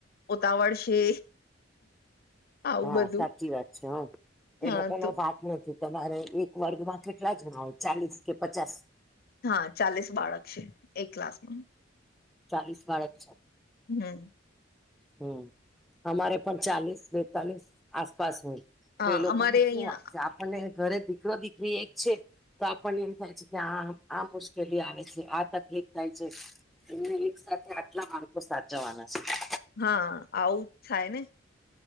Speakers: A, on the left; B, in the centre.
A: ઉતાવળ છે આવું
B: હા
A: બધું
B: સાચી વાત છે હ એ
A: હા
B: લોકો ન
A: તો
B: સા નથી તમારે એક વર્ગમાં કેટલા જણા હોય ચાલીસ કે પચાસ
A: હા ચાલીસ બાળક છે એક ક્લાસ માં
B: ચાલીસ બાળક છે
A: હમ્મ
B: હમ્મ અમારે પણ ચાલીસ બેતાલીસ આસપાસ હોય તો
A: હા
B: એ લોકો
A: અમારે
B: ન
A: અહિયાં
B: શું વાક છે આપણને ઘરે દીકરા દીકરી એક છે તો આપણ એમ થાય છે કે આ આ મુશ્કેલી આવે છે આ તકલીફ થાય છે એમને એક સાથે આટલા બાળકો સાચવવાના છે
A: હા આવું જ થાય ને